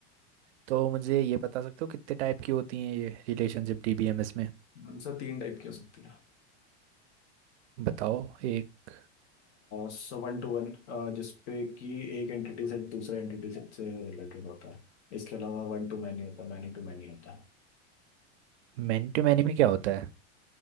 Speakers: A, on the right; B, on the left.
A: तो मुझे ये बता सकते हो कितने टाइप की होती हैं ये रिलेशनशिप डीबीएमएस में
B: हम्म, सर तीन टाइप की हो सकती है
A: बताओ एक
B: सो वन टू वन जिसपे कि एक एंटिटी से दूसरे एंटिटी से रिलेटेड होता है इसके अलावा वन टू मैनी होता है मैनी टू मैनी होता है
A: मैन टू मैन में क्या होता है